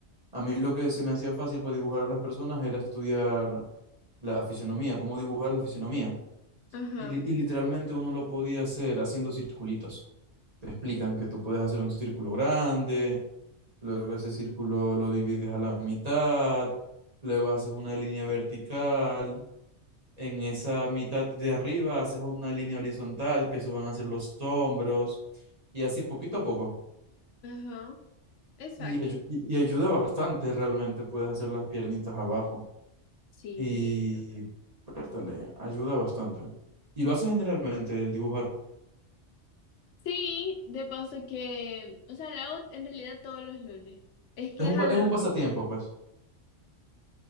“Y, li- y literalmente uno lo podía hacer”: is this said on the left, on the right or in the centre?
Right